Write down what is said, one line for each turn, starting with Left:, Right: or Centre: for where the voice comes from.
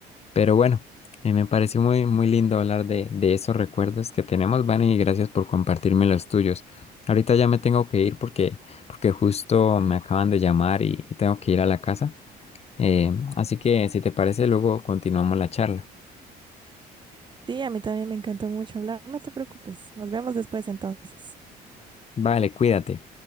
Left: Pero bueno, eh, me pareció muy, muy lindo hablar de, de esos recuerdos que tenemos, Vani, y gracias por compartirme los tuyos. Ahorita ya me tengo que ir porque, porque justo me acaban de llamar y, y tengo que ir a la casa. Eh, así que si te parece, luego continuamos la charla.
Right: Sí, a mí también me encantó mucho hablar. No te preocupes, nos vemos después entonces.
Left: Vale, cuídate.